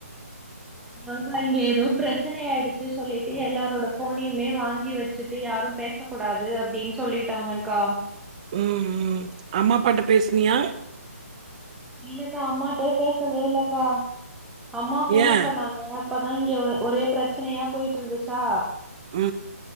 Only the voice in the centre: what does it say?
அதாங்கா இங்க எதோ பிரச்சன ஆயிடுச்சு சொல்லிட்டு எல்லாரோட ஃபோனையுமே வாங்கி வச்சுட்டு யாரும் பேச கூடாது அப்டின் சொல்லிட்டாங்கக்கா
இல்லக்கா அம்மாட்ட பேசவே இல்லக்கா அம்மா ஃபோன்
பண்ணாங்க ய அப்பதா இங்க ஒரே பிரச்சனயா போயிட்டு இருந்ச்சா